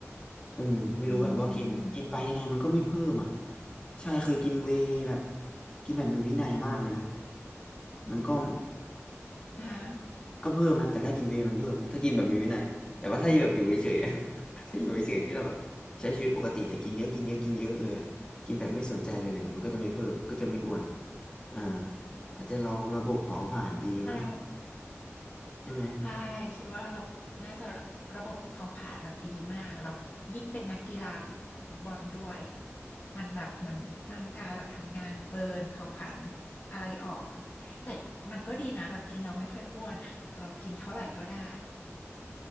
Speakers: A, on the left (about 20°); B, on the left (about 45°).
A: อืมไม่รู้แบบว่ากินกินไปยังไงมันก็ไม่เพิ่มอ่ะ
B: ๆอืม
A: ใช่เคยกินเวย์แบบกินแบบมีวินัยมากเลยนะมันก็
B: นะคะ
A: ก็เพิ่มนะแต่ถ้ากินเวย์มันเพิ่มนะถ้ากินแบบมีวินัยอะแต่ว่าถ้าแบบอยู่เฉยๆอะ <laughs> ถ้าอยู่เฉยๆที่เราแบบใช้ชีวิตปกติแต่กินเยอะกินเยอะกินเยอะเลยอะกินแบบไม่สนใจเลยเลยอะมันก็จะไม่เพิ่มมันก็จะไม่อ้วนอ่าอาจจะเราระบบเผาผลาญดีมั้ง
B: แสดงว่า
A: ใช่ไหม
B: ใช่คิดว่าเราน่าจะระบบเขาผ่านแบบดีมากเรายิ่งเป็นนักกีฬาฟุตบอลด้วย มันแบบเหมือนร่างกายแบบทำงานเบิร์นเผาผลาญอะไรออกคือแต่มันก็ดีนะแบบกินเราไม่ค่อยอ้วนอ่ะเรากินเท่าไหร่ก็ได้